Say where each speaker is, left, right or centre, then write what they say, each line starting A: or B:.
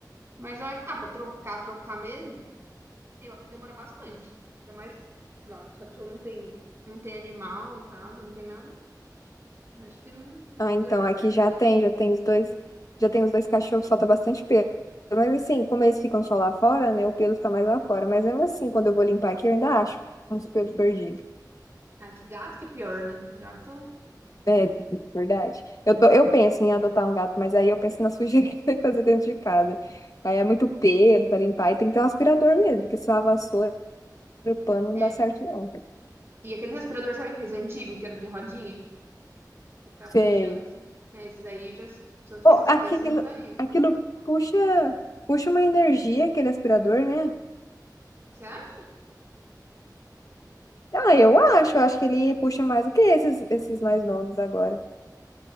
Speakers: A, on the right; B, on the left.
A: Mas olha, ah, pra trocar, trocar mesmo, eu acho que demora bastante. Ainda mais, sei lá, se a pessoa não tem, não tem animal em casa, não tem nada. eu Acho que não,
B: Ah,
A: que
B: então,
A: dura bastante
B: aqui já
A: o filtro.
B: tem, já tem os dois, já tem os dois cachorros, solta bastante pelo. Mas assim, como eles ficam só lá fora, né? O pelo fica mais lá fora. Mas mesmo assim, quando eu vou limpar aqui, eu ainda acho uns pelos perdidos.
A: Ah, que gato que é pior, né? Gato.
B: É, verdade. Eu, tô, eu penso em adotar um gato, mas aí eu penso na <laughs> sujeira que vai fazer dentro de casa. Aí é muito pelo para limpar e tem que ter um aspirador mesmo, porque se lava a vassoura. o pano não
A: É.
B: dá certo, não.
A: E aqueles respiradores, sabe aqueles antigos que era de rodinha? Você ficava
B: Sei.
A: puxando assim, né? Esses aí já, se, se eu tivesse
B: Oh,
A: só
B: aquilo,
A: desse, eu não usaria.
B: aquilo puxa, puxa uma energia, aquele aspirador, né?
A: Você acha?
B: Ah, eu acho, eu acho que ele puxa mais do que esses, esses mais novos agora.